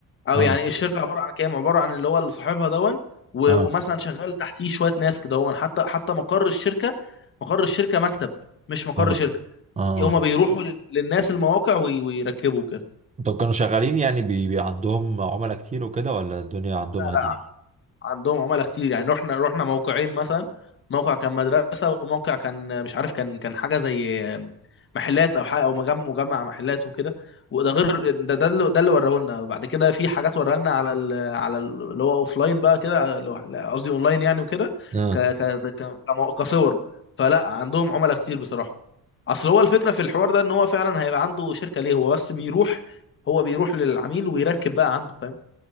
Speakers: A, on the left; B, on the right.
A: أو
B: آه
A: يعني الشركة عبارة عن كام عبارة عن اللي هو اللي صاحبها دون و-
B: آه
A: ومثلا شغال تحتيه شوية ناس كده هو حتى حتى مقر الشركة مقر الشركة مكتب مش مقر
B: آه
A: شركة
B: آه
A: هما
B: آه
A: بيروحوا لل- للناس المواقع وي- ويركبوا كده
B: طب كانوا شغالين يعني بي بي عندهم عملاء كتير وكده ولا الدنيا عندهم
A: لا
B: هادية؟
A: لا عندهم عملاء كتير يعني رحنا رحنا موقعين مثلا موقع كان مدرسة وموقع كان مش عارف كان كان حاجة زي محلات او حاجة او مجمع مجمع محلات وكده وده غير ده ده اللي ده اللي وراه لنا بعد كده في حاجات وراه لنا على ال على ال- اللي هو اوف لاين بقى كده اللي هو- قصدي اون لاين يعني وكده
B: آه.
A: ك ك ك- كمو- كصور فلا عندهم عملاء كتير بصراحة اصل هو الفكرة في الحوار ده ان هو فعلا هيبقى عنده شركة ليه هو بس بيروح هو بيروح للعميل ويركب بقى عنده فاهم